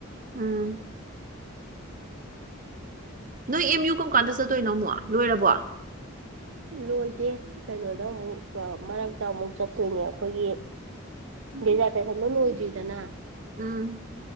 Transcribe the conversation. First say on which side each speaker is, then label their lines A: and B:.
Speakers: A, on the right; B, on the right.
A: ꯎꯝ ꯅꯣꯏ ꯑꯦꯝ ꯌꯨ ꯀꯔꯝ ꯀꯥꯟꯗ ꯆꯠꯇꯣꯏꯅꯣ ꯑꯃꯨꯛ ꯂꯣꯏꯔꯕꯣ꯫
B: ꯂꯣꯏꯗꯦ ꯀꯩꯅꯣꯗ ꯑꯃꯨꯛ ꯃꯔꯛꯇ ꯑꯃꯨꯛ ꯆꯠꯇꯣꯏꯅꯦ ꯑꯩꯈꯣꯏꯒꯤ ꯗꯦꯖꯥꯔꯇꯦꯁꯟꯗꯨ ꯂꯣꯏꯗ꯭ꯔꯤꯗꯅ
A: ꯎꯝ